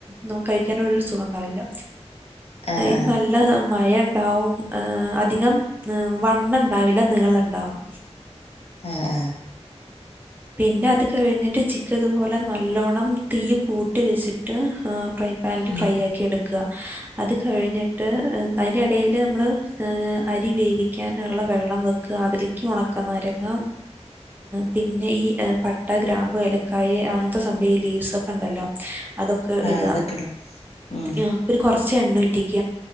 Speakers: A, on the right; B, on the left.
A: നൊ കഴിക്കാൻ ഒരു സുഖണ്ടാവില്ല
B: ആ
A: ഇത്
B: ആ
A: നല്ല മയണ്ടാവുംഏഹ് അധികം വണ്ണണ്ടാവില്ല നീളണ്ടാവും
B: ആഹ് ആഹ്
A: പിന്നെ അത് കഴിഞ്ഞിട്ട് ചിക്ക് ഇതു പോലെ നല്ലോണം തീയ് കൂട്ടിവെച്ചിട്ട് ആഹ് ഫ്രൈ പാനില്
B: ഉം
A: ഫ്രൈയാക്കിയെടുക്ക അത് കഴിഞ്ഞിട്ട് അയിനെടേല് നമ്മള് അരിവേവി ക്കാനുള്ള വെള്ളം വെക്ക അതിലേക്ക് ഉണക്ക നാരങ്ങ പിന്നെ ഈ പട് ട്ട ഗ്രാമ്പൂ ഏലക്കായ് അങ്ങനത്തെ സഭയ് ലീവ്സ് ഒക്കെ ഒണ്ടല്ലോ അതൊക്കെ
B: ആ
A: ഇട്ക
B: അതൊക്കെ ഇടും ഉം
A: അഹ് കൊറച്ച് എണ്ണ ഉറ്റിക്ക